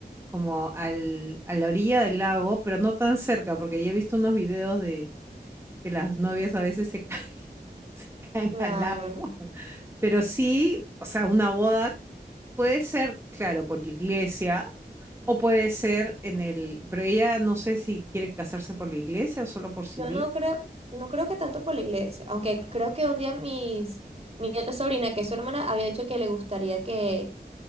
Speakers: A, on the right (about 15°); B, on the right (about 35°).
A: como al, a la orilla del lago, pero no tan cerca, porque yo he visto unos videos de que las novias a veces se caen, <laughs> se caen
B: claro.
A: al lago. Pero sí, o sea, una boda puede ser, claro, por la iglesia, o puede ser en el, pero ella no sé si quiere casarse por la iglesia o solo por civil.
B: Yo no creo, no creo que tanto por la iglesia, aunque creo que un día mis, mi otra sobrina, que es su hermana, había dicho que le gustaría que